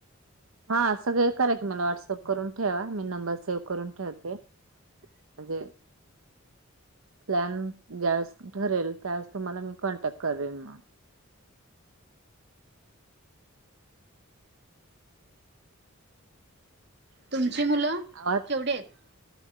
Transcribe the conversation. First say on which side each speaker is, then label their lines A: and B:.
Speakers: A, on the right; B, on the right.
A: हा सगळे करा की मला व्हॉट्सअप करून ठेवा मी नंबर सेव्ह करून ठेवते म्हणजे प्लॅन ज्यावेळेस ठरेल त्यावेळेस तुम्हाला मी कॉन्टॅक्ट करेन मग
B: तुमची मुलं
A: आहात
B: केवढी आहेत